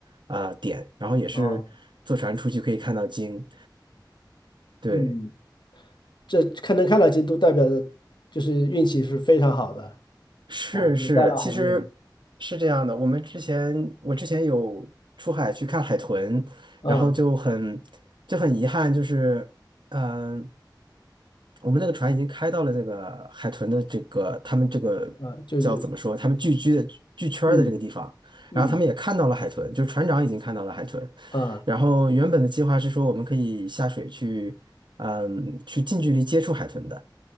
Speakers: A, on the right; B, on the left.
A: 啊、呃点，然后也是坐船出去可以看到鲸。
B: 啊
A: 对，
B: 嗯，这看能看到金都代表着就是运气是非常好的，
A: 是是，
B: 哦，能带来好运。
A: 其实是这样的。我们之前，我之前有出海去看海豚，
B: 啊
A: 然后就很就很遗憾，就是嗯、呃我们那个船已经开到了这个海豚的这个他们这个叫怎么说，
B: 啊，就是
A: 他们聚居的聚圈儿的这个地方，
B: 嗯嗯
A: 然后他们也看到了海豚，就是船长已经看到了海豚，
B: 啊
A: 然后原本的计划是说我们可以下水去。嗯，去近距离接触海豚的。